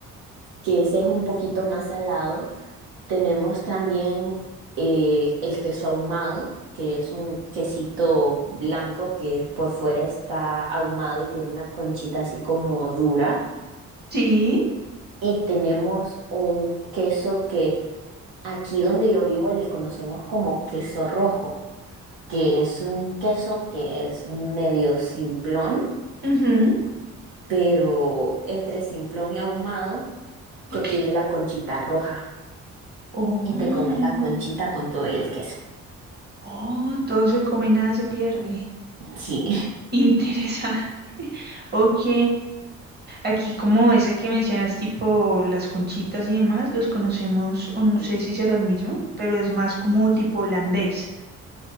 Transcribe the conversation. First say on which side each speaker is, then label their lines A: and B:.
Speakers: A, on the right; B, on the right.
A: que ese es un poquito más salado tenemos también eh, el queso ahumado, que es un quesito blanco que por fuera está ahumado y tiene una conchita así como dura.
B: sí,
A: Y tenemos un queso que aquí donde yo vivo le conocemos como queso rojo, que es un queso que es medio simplón,
B: ujú,
A: pero entre simplón y ahumado,
B: Ok.
A: que tiene la conchita roja.
B: Oh,
A: Y te comes la conchita con todo y el queso.
B: oh, todo se come, nada se pierde.
A: Sí.
B: Interesante. <laughs> Ok. Aquí como esa que mencionas, tipo las conchitas y demás, los conocemos, o no
A: <laughs>
B: sé si será el mismo, pero es más como tipo holandés.